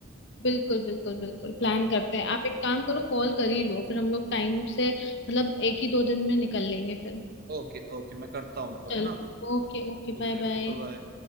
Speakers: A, on the left; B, on the right.
A: बिल्कुल बिल्कुल बिल्कुल प्लान
B: हाँ
A: करते हैं आप एक काम करो कॉल कर ही लो फिर हम लोग टाइम से मतलब एक ही दो दिन में निकल लेंगे फिर
B: ओके ओके मैं करता हूँ उनको
A: चलो
B: है ना
A: ओके ओके
B: Okay
A: बाय
B: okay
A: बाय
B: bye